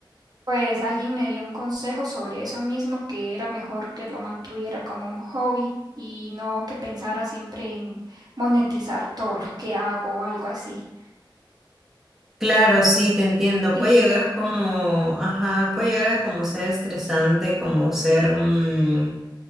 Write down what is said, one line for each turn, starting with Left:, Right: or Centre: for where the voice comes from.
Right: pues alguien me dio un consejo sobre eso mismo, que era mejor que lo mantuviera como un hobby y no que pensara siempre en monetizar todo lo que hago o algo así.
Centre: Claro, sí, te entiendo.
Right: Em,
Centre: Puede llegar como, ajá, puede llegar a como ser estresante, como ser, mm,